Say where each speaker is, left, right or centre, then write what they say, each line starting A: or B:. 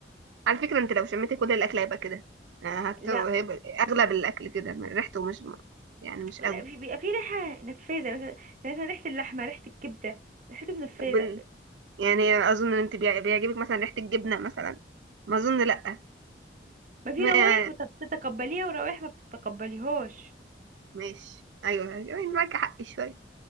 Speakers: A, on the right; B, on the right.
A: على فكرة انت لو شميت كل الاكل هيبقى كده آه، هت...
B: لا
A: هيبقى اغلب الاكل كده ما- ريحته مش ما- يعني مش
B: لا
A: قوي
B: في بيبقى في ريحه نفاذه مثلا يعني مثلا ريحه اللحمه ريحه الكبده ريحته نفاذه
A: طب ان- يعني اظن ان انت بيع- بيعجبك مثلا ريحة الجبنة مثلا ما اظن لا
B: ما في
A: ما
B: روايح ما بتتقبليها وروائح ما بتتقبليهاش
A: ماشي ايوه أيوة، يعني معاك حق شوية